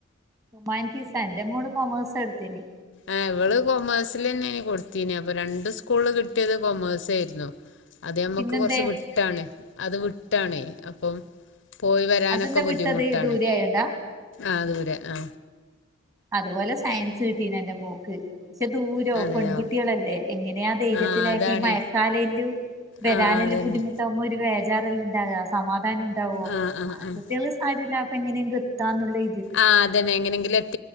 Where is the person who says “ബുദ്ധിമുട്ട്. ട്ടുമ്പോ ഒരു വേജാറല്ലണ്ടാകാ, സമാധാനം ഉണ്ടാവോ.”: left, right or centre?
Right